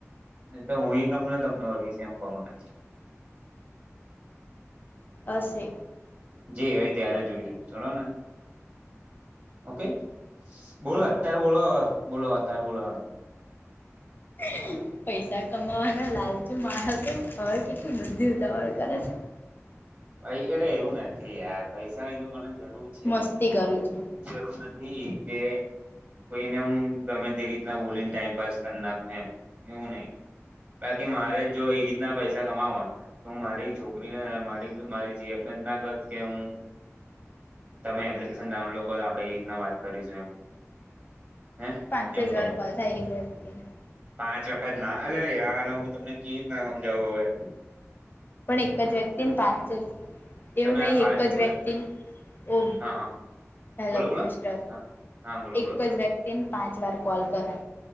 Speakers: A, on the right; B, on the left.
A: નેતો હું ઈ કમ નો તમ ને ઓળખીશ એમકો મને.
B: અશે
A: જે ઓય ત્યારે જોઈ લેશું છોડોને ઓકે. બોલો
B: હવ.
A: અત્યારે બોલો બોલો અટ્ટારે બોલો.
B: <unintelligible> પૈસા કમાવાના લાલચુ માણસો હવે કેટલી બધી ઉતાવળ કરે છે.
A: પઇ એટલે એવું નથી યાર પૈસાની તો મને જરૂર છે.
B: મસ્તી કરું છું.
A: જરૂર નથી કે કોઈને હું ગમે તે રીતના બોલીન ટાઈમપાસ કરનાખુ એમ એવું નઈ. બાકી મારેજો એ રીતના પૈસા કમાવા તો હું મારી છોકરીને માં એજો મારી જીએપના ના કર કે ઉ તમે એપ્લિકેશન ડાઉનલો કરલો આપળે ઇ રીતના વાત કરીશું એમ હે
B: પાંચે
A: એમ
B: જ
A: ક
B: વાર કોલ થાય એક વ્યક્તિને.
A: પાંચ વખત ના આલે યાર ઉ તમને કી તના હમજાવું અવે.
B: પણ એક જ વ્યક્તિન પાંચે જ એવું
A: તમે
B: નઈ
A: આ પાંચ
B: એક
A: પૂરા
B: જ વ્યક્તિન ઓ
A: હા હા
B: હેલો
A: બોલો બોલો
B: મિસ્ટર
A: હા હા બોલો
B: એક
A: બોલો
B: જ જ વ્યક્તિન પાંચ વાખ કોલ કરાય